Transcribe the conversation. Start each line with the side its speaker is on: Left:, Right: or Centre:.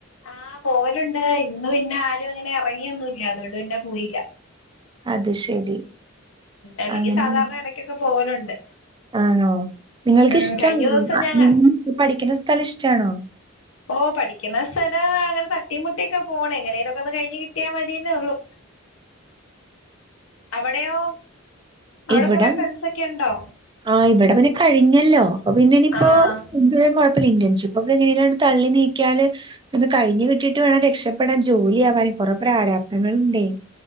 Left: ആഹ് പോവലുണ്ട് ഇന്ന് പിന്നെ ആരും അങ്ങനെ എറങ്ങിയൊന്നുല്ല അതുകൊണ്ട് പിന്നെ പോയില്ല
Right: അത് ശരി
Left: അല്ലെങ്കി
Right: അങ്ങനെ
Left: സാധാരണ എടക്കൊക്കെ പോവലുണ്ട്
Right: ആണോ നിങ്ങൾക്ക്
Left: ഉം
Right: ഇഷ്ടാണോ
Left: കഴിഞ്ഞ ദിവസം ഞങ്ങ
Right: നിങ്ങ ഇപ്പ പഠിക്കണ സ്ഥലം ഇഷ്ടാണോ
Left: ഓഹ് പഠിക്കണ സ്ഥലം അങ്ങനെ തട്ടീം മുട്ടിയൊക്കെ പോണ് എങ്ങനേലൊക്കെ ഒന്ന് കഴിഞ്ഞ് കിട്ടിയാ മതീന്നേ ഒള്ളു അവിടെയോ അവിടെ
Right: ഇവിടെ
Left: കൊറെ ഫ്രണ്ട്സൊക്കെ ഇണ്ടോ
Right: ആഹ് ഇവിടെ പിന്നെ കഴിഞ്ഞല്ലോ അപ്പൊ പിന്നെ ഇനിയിപ്പോ
Left: ആഹ്
Right: എന്തായാലും കൊഴ കുഴപ്പല്ല ഇന്റേൺഷിപ്പ് ഒക്കെ എങ്ങനേങ്കിലുങ്ങട് തള്ളി നീക്കിയാല് ഇതൊന്ന് കഴിഞ്ഞ് കിട്ടീട്ട് വേണം രക്ഷപ്പെടാൻ ജോലിയാവാന് കൊറേ പ്രാരാപ്ധങ്ങളുണ്ടേയ്